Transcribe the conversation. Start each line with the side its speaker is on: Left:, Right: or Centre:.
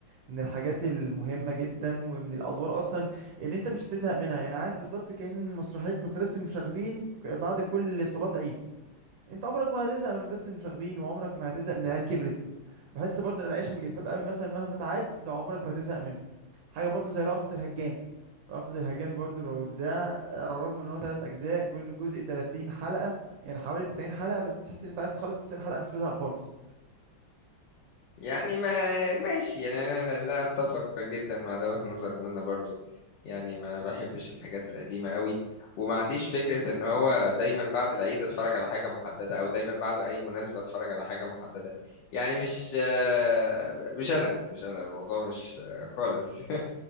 Right: من الحاجات المهمة جدا ومن الأدوار أصلا اللي أنت مش هتزهق منها يعني عارف بالظبط كأن مسرحية مدرسة المشاغبين بعد كل صلاة عيد أنت عمرك ما هتزهق من مدرسة المشاغبين وعمرك ما هتزهق من العيال كبرت بحس برضه إن العيش من جلباب أبي مثلا مهما تعاد ده عمرك ما هتزهق منه حاجة برضه زي رأفت الهجان رأفت الهجان برضه لو اتذاع على الرغم إن هو تلات أجزاء كل جزء 30 حلقة يعني حوالي 90 حلقة بس تحس إن أنت عايز تخلص 90 حلقة مش هتزهق خالص
Left: يعني ما ماشي يعني انا لا, لا اتفق جدا مع دوت نظر ان انا برضو يعني ما بحبش الحاجات القديمه قوي وما عنديش فكره ان هو دايما بعد العيد اتفرج على حاجه محدده او دايما بعد اي مناسبه اتفرج على حاجه محدده يعني مش آه، مش انا مش انا الموضوع مش آه، خالص <laughs>